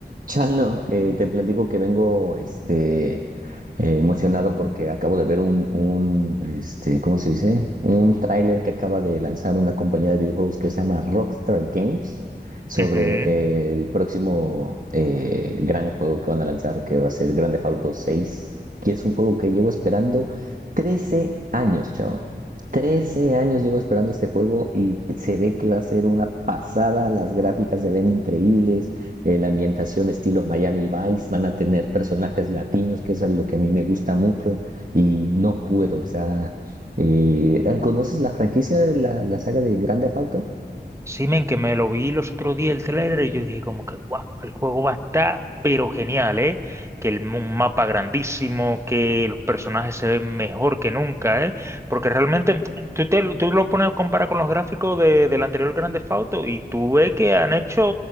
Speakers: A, on the right (about 50°); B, on the right (about 15°).
A: Chano, eh, te platico que vengo este, eh, emocionado porque acabo de ver un, un, este, ¿cómo se dice? Un tráiler que acaba de lanzar una compañía de videojuegos que se llama Rockstar Games sobre
B: Ujú.
A: eh, el próximo eh, gran juego que van a lanzar, que va a ser Grand Theft Auto 6, que es un juego que llevo esperando 13 años, chavo. trece años llevo esperando este juego y se ve que va a ser una pasada, las gráficas se ven increíbles eh, la ambientación estilo Miami Vice, van a tener personajes latinos, que eso es lo que a mí me gusta mucho y no puedo, o sea, eh, ¿conoces la franquicia de la, la saga de Grande Theft Auto?
B: Sí, men, que me lo vi los otros días el trailer y yo dije como que, wow, el juego va a estar pero genial, ¿eh? Que el, mu- un mapa grandísimo, que los personajes se ven mejor que nunca, ¿eh? Porque realmente tú, te, tú lo pones a comparar con los gráficos de, del anterior Grand Theft Auto y tú ves que han hecho